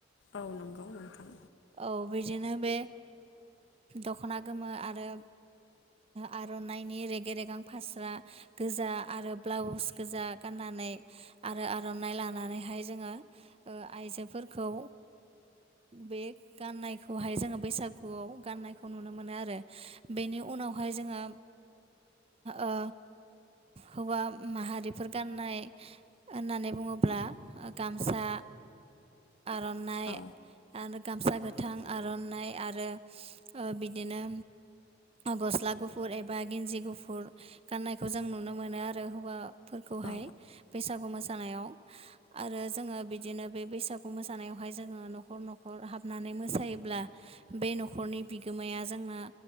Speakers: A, on the left (about 70°); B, on the right (about 30°).
A: औ नंगौ नोंथां
B: औ बिदिनो ओ बे दख'ना गोमो आरो आर'नाइनि रेगे रेगां फास्रा गोजा आरो ब्लाउस गोजा गाननानै आरो आर'नाइ लानानैहाय जोङो ओ आइजोफोरखौ बे गाननायखौहाय जोङो बैसागुआव गाननायखौ नुनो मोनो आरो बेनि उनावहाय जोङो ओ हौवा माहारिफोर गाननाय होननानै बुङोब्ला गामसा आर'नाइ
A: औ
B: आरो गामसा गोथां आर'नाइ आरो ओ बिदिनो गस्ला गुफुर एबा गिन्जि गुफुर गाननायखौ जों नुनो मोनो आरो हौवा फोरखौहाय
A: औ
B: बैसागु मोसानायाव आरो जोङो बिदिनो बे बैसागु मोसानायावहाय जोङो न'खर नख'र हाबनानै मो सायोब्ला बे न'खरनि बिगोमाया जोंनो